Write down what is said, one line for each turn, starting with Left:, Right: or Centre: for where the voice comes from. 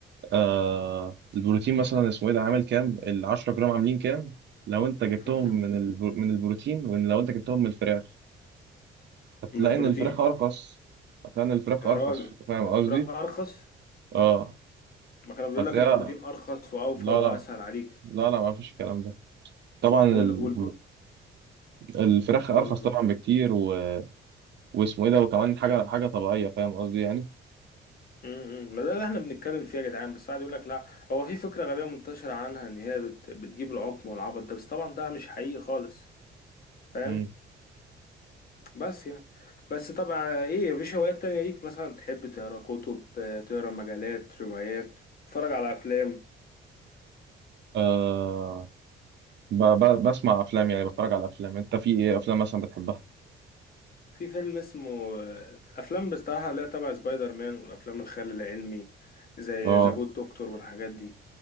Right: آه البروتين مثلا اسمه ايه ده عامل كام ال 10 جرام عاملين كام لو انت جبتهم
Left: <laughs>
Right: من البر... من البروتين ولو انت جبتهم من الفراخ هتلاقي
Left: من البروتين
Right: ان الفراخ ارخص هتلاقي ان الفراخ
Left: يا
Right: ارخص
Left: راجل
Right: فاهم قصدي
Left: فراخ ارخص
Right: اه
Left: ما كانوا بيقول
Right: هتلاقيها
Left: لك البروتين ارخص واوفر
Right: لا
Left: واسهل
Right: لا
Left: عليك
Right: لا لا ما فيش الكلام ده طبعا ال-
Left: وال والب...
Right: الفراخ ارخص
Left: وال
Right: طبعا بكتير و... واسمه ايه ده وكمان حاجه حاجه طبيعيه فاهم قصدي يعني
Left: م- م. ما ده اللي احنا بنتكلم فيه يا جدعان بس قاعد يقول لك لا هو في فكره غبيه منتشره عنها ان هي بت... بتجيب العقم والعبط ده بس طبعا ده مش حقيقي خالص فاهم
Right: مم.
Left: بس يعني بس طبعا ايه مفيش هوايات تانية ليك مثلا تحب تقرا كتب آه، تقرا مجلات روايات تتفرج على افلام
Right: آه ب... ب... بسمع افلام يعني بتفرج على افلام انت في ايه افلام مثلا بتحبها
Left: في فيلم اسمه آه، افلام بصراحة لا تبع سبايدر مان والافلام الخيال العلمي زي
Right: اه
Left: ذا جود دكتور والحاجات دي